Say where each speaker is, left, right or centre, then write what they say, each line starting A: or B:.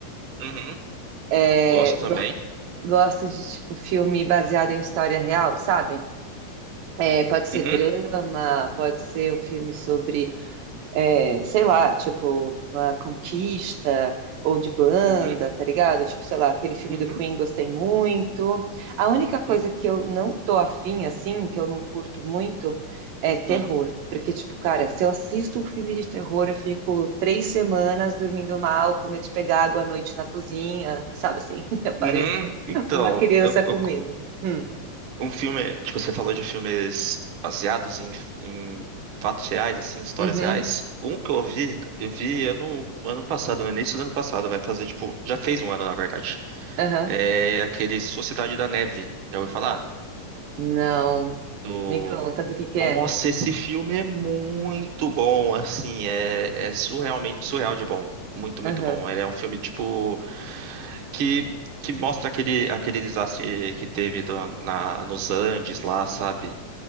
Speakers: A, on the right; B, on the right.
A: uhum,
B: É,
A: gosto também.
B: go- gosto de tipo filme baseado em história real, sabe? É, pode ser
A: Uhum,
B: drama, pode ser um filme sobre é, sei lá, tipo, uma conquista ou de banda,
A: uhum,
B: tá ligado? Tipo, sei lá, aquele filme
A: uhum,
B: do Queen gostei muito. A única coisa
A: uhum,
B: que eu não tô afim, assim, que eu não curto muito, é terror.
A: uhum.
B: Porque, tipo, cara, se eu assisto um filme de terror, eu fico três semanas dormindo mal, com medo de pegar água à noite na cozinha, sabe assim? <laughs> Eu pareço
A: Uhum. Então,
B: uma criança
A: eu,
B: com
A: eu-
B: medo. Hum,
A: um filme, tipo, você falou de filmes baseados em, em fatos reais, assim, histórias
B: uhum,
A: reais. Um que eu vi, eu vi ano, ano passado, no início do ano passado, vai fazer, tipo, já fez um ano, na verdade.
B: aham.
A: É aquele Sociedade da Neve, já ouviu falar?
B: Não.
A: Do...
B: Me conta do que que
A: Nossa,
B: é.
A: esse filme é muito bom, assim, é, é surrealmente, surreal de bom, muito,
B: Aham.
A: muito bom. Ele é um filme, tipo, que, que mostra aquele, aquele desastre que teve do- na, nos Andes lá, sabe?